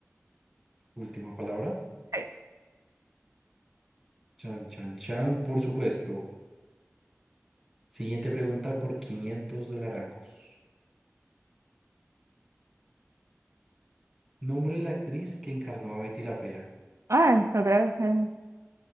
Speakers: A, in the centre; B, on the right.
A: Última palabra.
B: Sí.
A: Chan, chan, chan, por supuesto. Siguiente pregunta por 500 dolaracos. Nombre de la actriz que encarnó a Betty la Fea.
B: Ay, otra vez. eh,